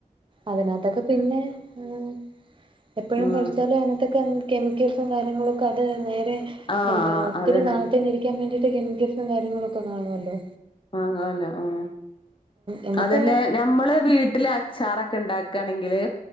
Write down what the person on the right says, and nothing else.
അതിനാത്തക്ക പിന്നെ ഉം എപ്പഴും
കഴിച്ചാലും അതിനാത്തക്കെ എൻ കെമിക്കൽസും കാര്യങ്ങളൊക്ക അത് നേരെ
എന്താ ഒത്തിരി
നാളത്തേനെ ഇരി ക്കാൻ വേണ്ടീട്ട് കെമിക്കൽസും കാര്യങ്ങളൊക്ക കാണുല്ലോ
നമുക്ക്